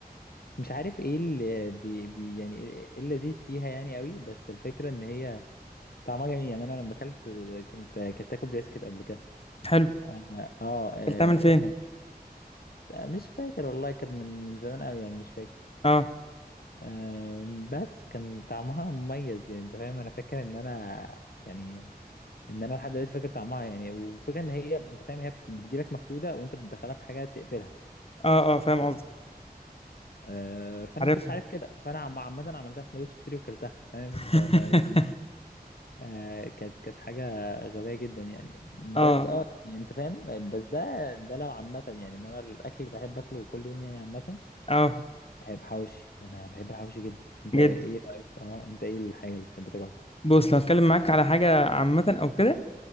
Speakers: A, on the left; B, on the left.
A: مش عارف ايه اللي بي بي يعني ايه اللذيذ فيها يعني قوي بس الفكرة ان هي طعمها جميل يعني انا لما اكلت كنت كنت تاكو بريسكت قبل كده
B: حلو
A: اه, آه آه،
B: اكلتها من فين
A: كان مش فاكر والله كان من من زمان قوي يعني مش فاكر
B: اه
A: آم، بس كان طعمها مميز يعني انت فاهم انا فاكر ان انا يعني ان انا لحد دلوقتي فاكر طعمها يعني وفكرة ان هي انت فاهم هي بت- بتجيلك مفرودة وانت بتدخلها في حاجة تقفلها
B: اه اه فاهم قصدك
A: آه، فانا
B: عارفها
A: ما كنتش عارف كده فانا عم- عامة عملتها سندوتش سوري وكلتها فاهم
B: <laughs>
A: ف- ف- يعني آه، كانت كانت حاجة غبية جدا يعني بس
B: اه
A: اه يعني انت فاهم بس ده ده لو عامة يعني انما الاكل اللي بحب اكله كل يوم يعني عامة
B: اه
A: هيبقى حواوشي انا بحب الحواوشي جدا انت
B: جد
A: ايه رأيك اه انت ايه الحاجة اللي بتحب تاكلها
B: بص لو اتكلم معاك على حاجه عامه او كده